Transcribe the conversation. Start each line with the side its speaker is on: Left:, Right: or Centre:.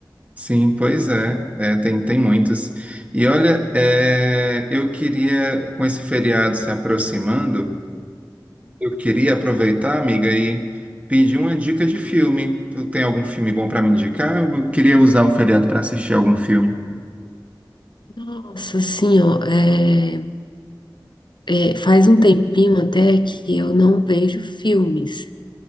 Right: sim, pois é. É, tem, tem muitos. E olha, é, eu queria, com esse feriado se aproximando, Eu queria aproveitar, amiga, e pedir uma dica de filme. Tu tem algum filme bom para me indicar? Eu queria usar o feriado para assistir algum filme.
Left: Nossa, assim, ó, é, é, faz um tempinho até que eu não vejo filmes,